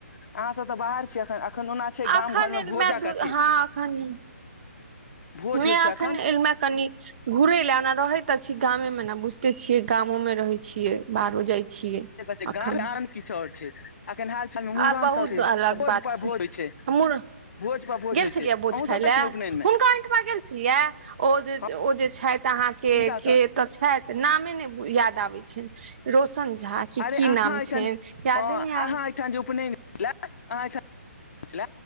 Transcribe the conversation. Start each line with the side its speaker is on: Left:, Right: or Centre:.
Left: अहाँ सब तऽ बाहर छी अखन अखन ओना छै
Right: एखनमेू
Left: गाम घर मे भोजक
Right: दु
Left: अथी
Right: हां एखन
Left: भोज
Right: ने
Left: होइ
Right: आखन‌
Left: छै अखन
Right: जलु म कनी घुरै ला ना रहे त छी गामे मे न बुझते छियै गामो म रहे छियै बाहरो जाय छियै
Left: गामव
Right: अखन
Left: आन किछु ओर छै एखन हाल मुड़न
Right: आ बहुत
Left: सब हेय
Right: अलग
Left: तऽ भोज
Right: बात
Left: पर भोज हो छै
Right: हमहुँ
Left: भोज पर भोज
Right: गेल
Left: होइ
Right: छलियै
Left: छै अहूँ
Right: बोझ खायले
Left: सब गेल छलहुँ उपनयन मे
Right: हुनका ठमा गेल छलियै ओ जे
Left: हँ
Right: ओ जे छैथ अहाँ के
Left: किनका ओतऽ
Right: के तऽ छैथ नामे ने याद आबै छै रौशन झा कि
Left: अरे
Right: कि
Left: अहाँ
Right: नाम
Left: एहिठाम
Right: छैन यादे
Left: हँ
Right: न आबै
Left: अहाँ एहिठाम जे उपनयन अहाँ एहिठाम